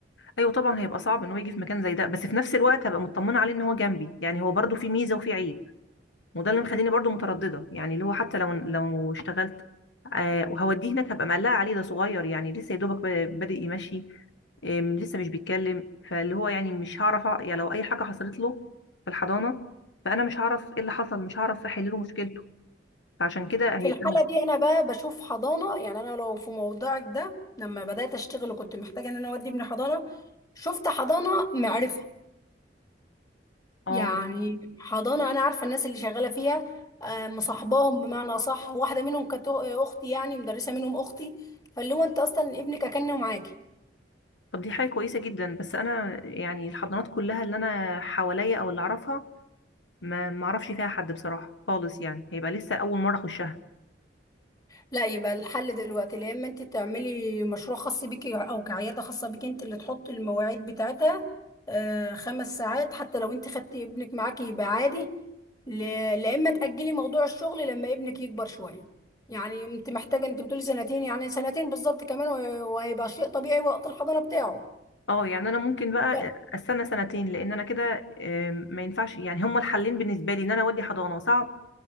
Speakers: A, on the left; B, on the left.
A: ايوه طبعا هيبقى صعب ان هو يجي في مكان زي ده بس في نفس الوقت هبقى مطمنه عليه ان هو جنبي يعني هو برضو في ميزه وفي عيب وده اللي مخليني برضو متردده يعني اللي هو حتى لو لو اشتغلت آه وهوديه هناك هبقى مقلقه عليه ده صغير يعني لسه يا دوبك ب- بادئ يمشي آم، لسه مش بيتكلم فاللي هو يعني مش هعرف أ- يعني لو اي حاجه حصلت له في الحضانه فانا مش هعرف ايه اللي حصل مش هعرف احل له مشكلته فعشان كده
B: في
A: هيبقى
B: الحالة دي أنا بقى بشوف حضانة يعني أنا لو في موضوعك ده لما بدأت أشتغل وكنت محتاجة إن أنا أودي ابني حضانة شفت حضانة معرفة
A: اه
B: يعني حضانة أنا عارفة الناس اللي شغالة فيها آه، مصاحباهم بمعنى صح واحدة منهم كانت أختي يعني مدرسة منهم أختي فاللي هو أنت أصلا ابنك أكنه معاكي
A: طب دي حاجه كويسه جدا بس انا يعني الحضانات كلها اللي انا حواليا او اللي اعرفها ما ما اعرفش فيها حد بصراحه خالص يعني هيبقى لسه اول مره اخشها
B: لا يبقى الحل دلوقتي يا إما أنت تعملي مشروع خاص بيكي أو كعيادة خاصة بيكي أنت اللي تحطي المواعيد بتاعتها آه، خمس ساعات حتى لو أنت خدتي ابنك معاكي يبقى عادي ل- لا إما تأجلي موضوع الشغل لما ابنك يكبر شوية يعني انت محتاجه انت بتقولي سنتين يعني سنتين بالظبط كمان وهيبقى شيء طبيعي وقت الحضانه بتاعه
A: اه يعني انا ممكن بقى
B: لا
A: استنى سنتين لان انا كده آم، ما ينفعش يعني هما الحلين بالنسبه لي ان انا اودي حضانه صعب